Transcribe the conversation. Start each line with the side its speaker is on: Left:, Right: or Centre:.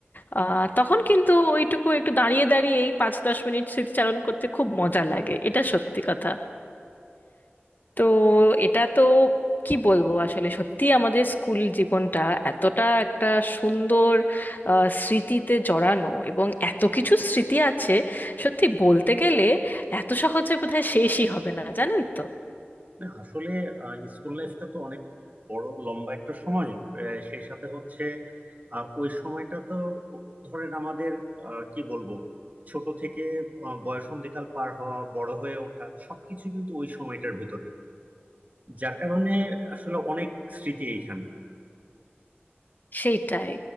Left: আহ তখন কিন্তু ওইটুকু একটু দাঁড়িয়ে দাঁড়িয়ে এই পাঁচ দশ মিনিট স্মৃতিচারণ করতে খুব মজা লাগে এটা সত্যি কথা তো এটা তো কি বলবো আসলে সত্যি আমাদের স্কুল জীবনটা এতটা একটা সুন্দর আহ, স্মৃতিতে জড়ানো এবং এত কিছু স্মৃতি আছে সত্যি বলতে গেলে এত সহজে বোধহয় শেষই হবে না জানেন তো
Right: না আসলে আহ, স্কুল লাইফটা তো অনেক বড় লম্বা একটা সময় আহ, সেই সাথে হচ্ছে আহ, ওই সময়টা তো ধরেন আমাদের আহ, কি বলবো ছোট থেকে আহ, বয়সন্ধিকাল পার হওয়া বড় হয়ে ওঠা সবকিছু কিন্তু ওই সময়টার ভিতরে যার কারণে আসলে অনেক স্মৃতি এইখানে
Left: সেইটাই